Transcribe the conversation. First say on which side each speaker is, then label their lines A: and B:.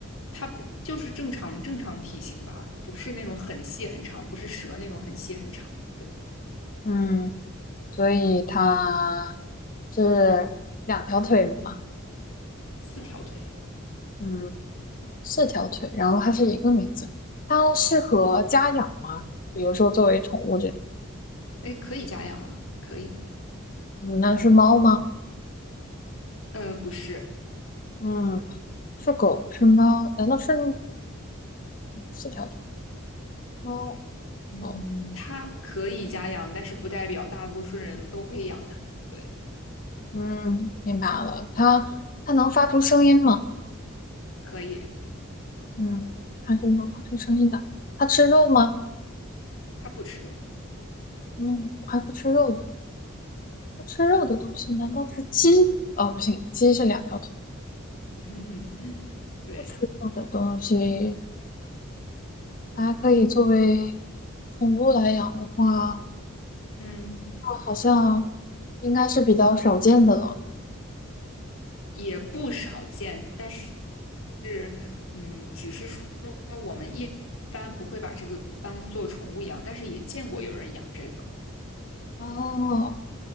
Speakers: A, on the left; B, on the left.
A: 它不就是正常正常体型吧，不是那种很细很长，不是蛇那种很细很长的，对，
B: 嗯，所以它是两条腿嘛。
A: 四条腿，
B: 嗯。四条腿，然后它是一个名字。它适合家养吗？比如说作为宠物这种。
A: 哎，可以家养啊，可以，
B: 嗯，那是猫吗？
A: 呃，不是。
B: 嗯，是狗，是猫？难道是四条腿？猫、
A: 嗯，
B: 狗。
A: 它可以家养，但是不代表大多数人都会养它。对，
B: 嗯，明白了。它它能发出声音吗？
A: 可以，
B: 嗯，还是能发出声音的。它吃肉吗？
A: 它不吃肉。
B: 嗯，还不吃肉的。不吃肉的东西难道是鸡？哦，不行，鸡是两条腿。
A: <laughs> 对，
B: 不吃肉的东西还可以作为宠物来养的话。
A: 嗯，
B: 好像应该是比较少见的了。
A: 也不少见，但是是，嗯，只是说我们一般不会把这个当做宠物养，但是也见过有人养这个。
B: 哦，